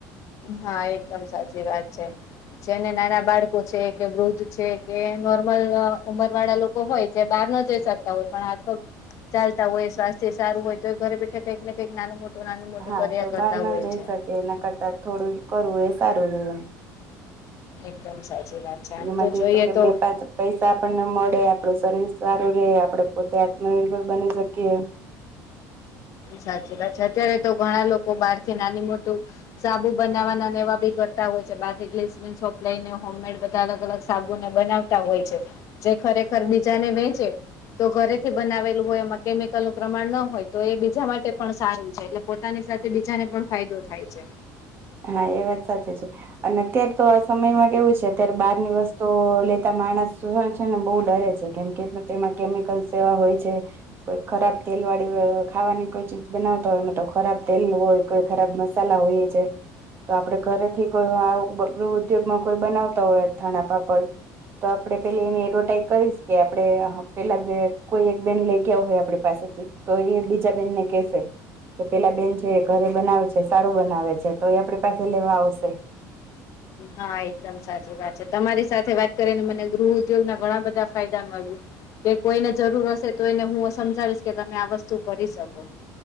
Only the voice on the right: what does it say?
હા
તો
બહાર ના
જઈ
શકે એના થોડું કરવું એ સારું જ
એમાંથી
કે
બે પાંચ પૈસા આપણને મળે આપડું શરીર સારું રે આપડે પોતે આત્મનિર્ભર બની શકીએ
હા એ વાત સાચી છે અને અત્યારે તો આ સમયમાં કેવું છે અત્યારે બહાર ની વસ્તુ લેતા માણસ છે ને બહુ ડરે છે કેમ કે તેમાં કેમિકલ્સ એવા હોય છે કોઈ ખરાબ તેલ વાળી ખાવાની કોઈ ચીજ બનાવતા હોય એમાં તો ખરાબ તેલ નું હોય કોઈ ખરાબ મસાલા હોઈએ છે તો આપડે ઘરેથી કોઈ ગૃહઉદ્યોગમાં કોઈ બનાવતા હોય અથાણા પાપડ તો આપડે પેલી એની એડવર્ટાઈઝ કરીશ કે આપડે પેલા કોઈ એક બેન લઈ ગયા હોય આપણી પાસેથી તો એ બીજા બેનને કેહેશે કે પેલા બેન જે ઘરે બનાવે છે સારું બનાવે છે તો એ આપડે પાસે લેવા આવશે